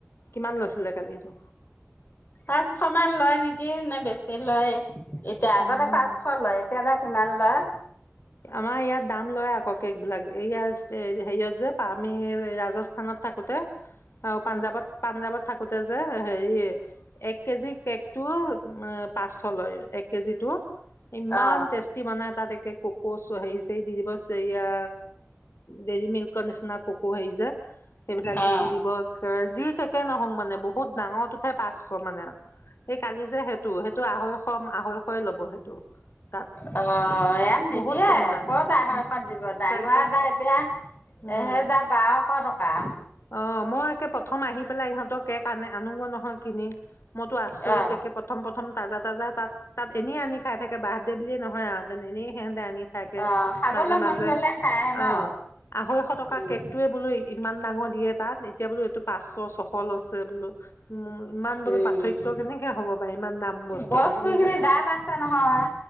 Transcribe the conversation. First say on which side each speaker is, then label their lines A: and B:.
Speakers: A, on the left; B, on the left.
A: কিমান লৈছিলে কালি সেইটো
B: পাঁচশ মান লয় নেকি নে বেছি লয়। এতিয়া আগতে
A: উম
B: পাঁচশ লয় এতিয়া যে কিমান লয়?
A: আমাৰ ইয়াত দাম লয় আকৌ কেক বিলাক এইয়া হেৰিয়ত যে পামি ৰাজস্থানত থাকোঁতে অ পাঞ্জাৱত পাঞ্জাৱত থাকোতে যে হেৰি এক কেজি কেকটো পাঁচশ লয় এক কেজিটো ইমান
B: অ
A: টেষ্টি বনাই তাত একে কৌকৌছ চ সেইছ তেই দি দিৱস ইয়া ডৰি মিল্ককৰ নিচিনা কক সেই যে সেইবিলাক
B: অ
A: দি দি দিব কে যি একে নহওঁ মানে বহুত ডাঙৰ উঠে পাঁচশ মানে এই কালি যে সেইটো সেইটো আঢ়ৈশ আঢ়ৈশয় ল'ব সেইটো তাত
B: অ অ ইয়াত নিদিয়ে
A: বহুত কম দাম
B: ক'ত আঢ়ৈশ দিব ডাঙৰ
A: তাক তাক
B: এটা এতিয়া
A: উম
B: এহেজাৰ বাৰশ টকা বা
A: অ মই একে প্ৰথম আহি পেলাই ইহঁতৰ কেক আনে আনোগ নহয় কিনি মইতো আচৰিত
B: অ
A: থকে প্ৰথম প্ৰথম তাজা তাজা তাত তাত এনেই আনি খাই থাকে বাৰ্থডে বুলিয়ে নহয় আহঁতেন এনে সেহেতে আনি থাকে
B: অ খাবলৈ
A: মাজে মাজে
B: মন গলে খাই ন
A: অ আঢ়ৈশ টকা
B: উম
A: কেকটোয়ে বোলো ইমান ডাঙৰ দিয়ে তাত এতিয়া বোলো, এইটো পাঁচশ, ছশ লৈছে বোলো। ইমান বোলো
B: উম,
A: পাৰ্থক্য কেনেকে হ'ব পাৰে ইমান দাম বস্তুটো
B: বস্তু
A: বোলো
B: খিনি
A: ইয়াত
B: দাম আছে নহয়,